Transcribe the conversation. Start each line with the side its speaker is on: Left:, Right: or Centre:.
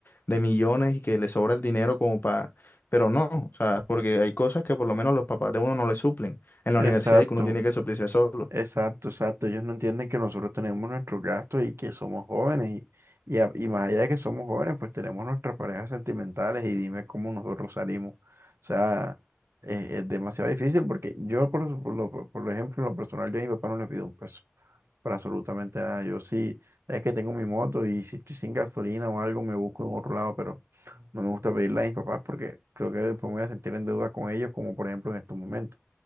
Left: de millones y que le sobra el dinero como para... Pero no, o sea, porque hay cosas que por lo menos los papás de uno no le suplen. En la
Right: Exacto.
Left: universidad y que uno tiene que suplirse solo.
Right: Exacto, exacto. Ellos no entienden que nosotros tenemos nuestros gastos y que somos jóvenes. Y, y, a- y más allá de que somos jóvenes, pues tenemos nuestras parejas sentimentales y dime cómo nosotros salimos. O sea, es, es demasiado difícil porque yo, por, su- por lo, por por ejemplo, en lo personal, yo a mi papá no le pido un peso para absolutamente nada. Yo sí, es que tengo mi moto y si estoy sin gasolina o algo, me busco en otro lado, pero no me gusta pedirle a mis papás porque creo que después me voy a sentir en deuda con ellos, como por ejemplo en estos momentos.